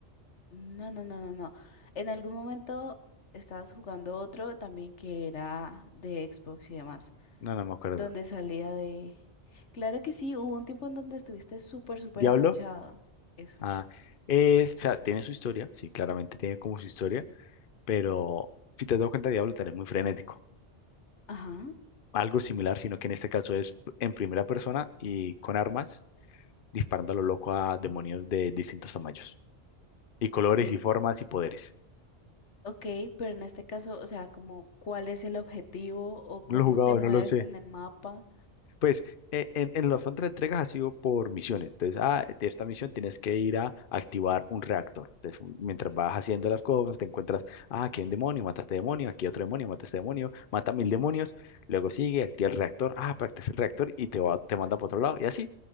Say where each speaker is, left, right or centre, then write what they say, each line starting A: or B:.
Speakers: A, on the left (about 85°); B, on the left (about 55°).
A: No, no, no, no, no. En algún momento estabas jugando otro también que era de Xbox y demás,
B: No, no me acuerdo.
A: donde salía de... Claro que sí, hubo un tiempo en donde estuviste súper, súper
B: ¿Diablo?
A: enganchado. Esa.
B: Ah, eh, o sea, tiene su historia, sí, claramente tiene como su historia, pero si te has dado cuenta, Diablo también es muy frenético.
A: Ajá.
B: Algo similar, sino que en este caso es en primera persona y con armas, disparando a lo loco a demonios de distintos tamaños, y colores,
A: Ok,
B: y formas, y poderes.
A: ok, pero en este caso, o sea, como cuál es el objetivo o
B: No
A: cómo
B: lo he jugado,
A: te mueves
B: no lo sé.
A: en el mapa.
B: Pues eh, en, en los fondos de entregas ha sido por misiones. Entonces, ah, de esta misión tienes que ir a activar un reactor. Entonces, un- mientras vas haciendo las cosas, te encuentras, ah, aquí hay un demonio, mata a este demonio, aquí hay otro demonio, mata a este demonio, mata mil demonios, luego sigue, activa el reactor, ah, practica el reactor y te va, te manda para otro lado y así.